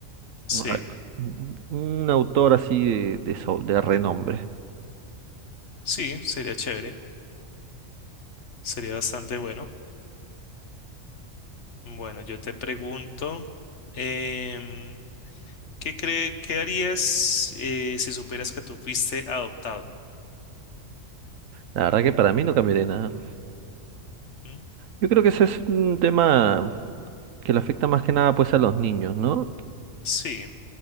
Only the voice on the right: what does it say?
un, un- un autor así de, de, so- de renombre.
La verdad que para mí no cambiaría nada.
Yo creo que ese es un tema que le afecta más que nada pues a los niños, ¿no?